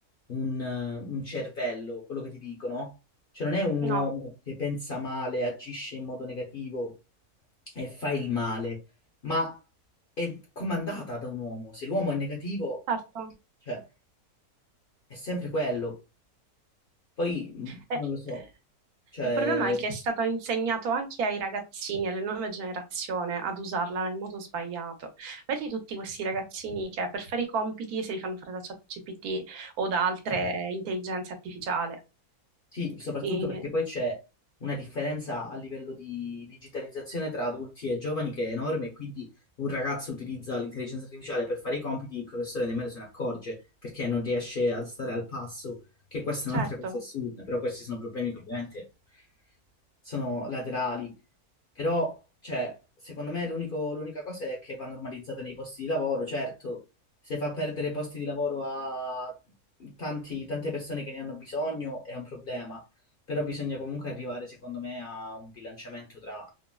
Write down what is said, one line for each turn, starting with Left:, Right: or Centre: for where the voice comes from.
Left: un, eh, un cervello, quello che ti dicono. Cioè, non è un
Right: no,
Left: uomo che pensa male, agisce in modo negativo e fa il male ma è comandata da un uomo. Se l'uomo è negativo,
Right: certo.
Left: cioè, è sempre quello. Poi mh,
Right: Eh,
Left: non
Right: eh,
Left: lo so, cioè,
Right: il problema è che è stato insegnato anche ai ragazzini, alle nuove generazioni, ad usarla nel modo sbagliato. Vedi tutti questi ragazzini che per fare i compiti se li fanno fare da ChatGPT o da altre intelligenze artificiali.
Left: sì, soprattutto
Right: E-
Left: perché poi c'è una differenza a livello di digitalizzazione tra adulti e giovani che è enorme, e quindi un ragazzo utilizza l'intelligenza artificiale per fare i compiti, il professore nemmeno se ne accorge perché non riesce a stare al passo, che questa
Right: certo,
Left: è un'altra cosa assurda, però questi sono problemi che ovviamente sono laterali Però, cioè, secondo me l'unico- l'unica cosa è che va normalizzata nei posti di lavoro, certo, se fa perdere posti di lavoro a tanti- tante persone che ne hanno bisogno è un problema, però bisogna comunque arrivare, secondo me, a un bilanciamento tra